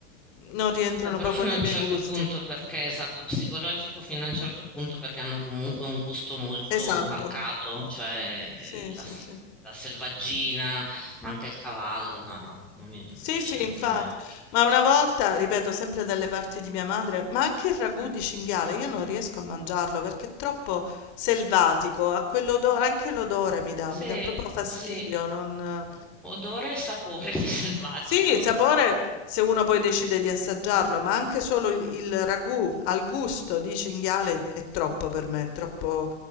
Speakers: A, on the left; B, in the centre.
A: non rientrano
B: Beh, però
A: proprio
B: fino
A: nei
B: a un
A: miei
B: certo
A: gusti.
B: punto, perché esatto, psicologico fino a un certo punto, perché hanno comunque un gusto molto
A: Esatto.
B: marcato, cioè
A: Sì,
B: la,
A: sì, sì.
B: la selvaggina, ma anche il cavallo. No, no, non mi, non
A: Sì,
B: mi piace
A: sì,
B: anche
A: infatti.
B: a me.
A: Ma una volta, ripeto, sempre dalle parti di mia madre, ma anche il ragù di cinghiale, io non riesco a mangiarlo perché è troppo selvatico, ha quell'odore, anche l'odore mi dà,
B: Sì,
A: mi dà proprio fastidio,
B: sì,
A: non...
B: odore e sapore di selvatico.
A: Sì, il sapore se uno poi decide di assaggiarlo, ma anche solo il il ragù al gusto di cinghiale è troppo per me, è troppo,